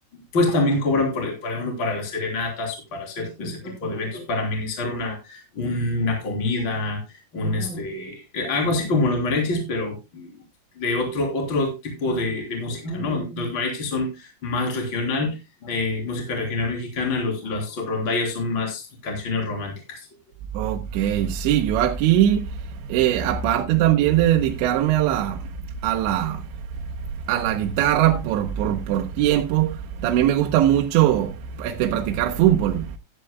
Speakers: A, on the left (about 30°); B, on the right (about 80°).
A: pues también cobran, por, por ejemplo, para las serenatas o para hacer ese tipo de eventos, para amenizar una, una comida, un este, eh, algo así como los mariachis, pero de otro, otro tipo de, de música, ¿no? Los mariachis son más regional, eh, música regional mexicana, los, las rondallas son más canciones románticas.
B: Ok, sí, yo aquí, eh, aparte también de dedicarme a la, a la, a la guitarra por, por, por tiempo. También me gusta mucho este, practicar fútbol.